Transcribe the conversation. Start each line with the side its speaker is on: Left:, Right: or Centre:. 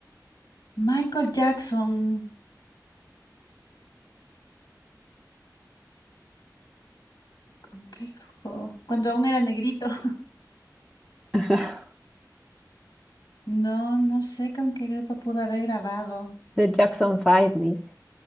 Left: Michael Jackson, ¿con qué grupo? Cuando aún era negrito. <laughs>
Centre: Ajá.
Left: No, no sé con qué grupo pudo haber grabado.
Centre: The Jackson Five, dice.